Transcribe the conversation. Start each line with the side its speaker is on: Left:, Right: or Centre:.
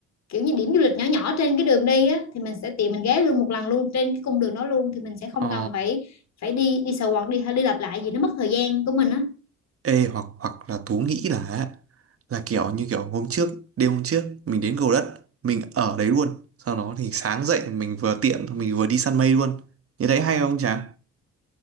Left: kiểu như điểm du lịch nhỏ nhỏ trên cái đường đi á thì mình sẽ tiện mình ghé luôn một lần luôn trên cái cung đường đó luôn thì mình sẽ không
Right: Ờ,
Left: cần phải phải đi đi sờ quạt đi đi lặp lại gì nó mất thời gian của mình á
Right: ê hoặc hoặc là Tú nghĩ là là kiểu như kiểu hôm trước, đêm hôm trước mình đến Cầu Đất, mình ở đấy luôn. Sau đó thì sáng dậy mình vừa tiện mình vừa đi săn mây luôn. Như đấy hay không chàng?